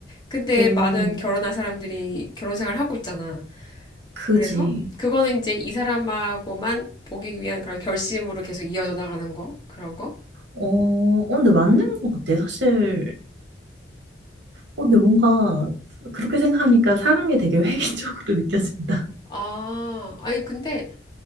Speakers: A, on the left (about 25°); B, on the right (about 65°).
A: 근데
B: 음,
A: 많은 결혼한 사람들이 결혼 생활 하고 있잖아.
B: 그지.
A: 그래서 그거는 이제 이 사람하고만 보기 위한 그런 결심으로 계속 이어져 나가는 거 그런 거?
B: 어, 어, 근데 맞는 것 같아. 사실, 어, 근데 뭔가 그렇게 생각하니까 사랑이 되게 <laughs> 회의적으로 느껴진다.
A: 아, 아니 근데